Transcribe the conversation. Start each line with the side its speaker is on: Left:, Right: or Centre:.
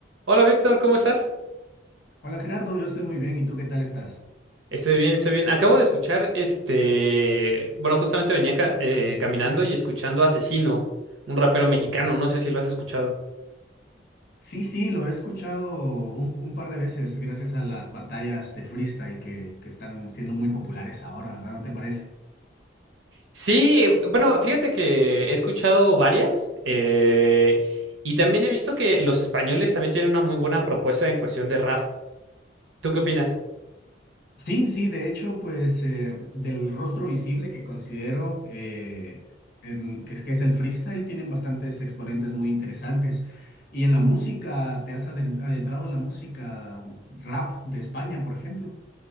Right: Hola Víctor, ¿cómo estás?
Left: Hola Gerardo, yo estoy muy bien. ¿Y tú qué tal estás?
Right: Estoy bien, estoy bien. Acabo de escuchar este, bueno, justamente venía ca- eh, caminando y escuchando a Asesino, un rapero mexicano,
Left: Ujú.
Right: no sé si lo has escuchado.
Left: Sí, sí, lo he escuchado un, un par de veces gracias a las batallas de freestyle que, que están siendo muy populares ahora, ¿verdad? ¿No te parece?
Right: Sí, eh, bueno, fíjate que he escuchado varias eh, y también he visto que los españoles también tienen una muy buena propuesta en cuestión de rap. ¿Tú qué opinas?
Left: Sí, sí, de hecho, pues eh, del rostro visible que considero eh, en- que es, que es el freestyle, tienen bastantes exponentes muy interesantes. Y en la música, ¿te has adren- adentrado en la música rap de España, por ejemplo?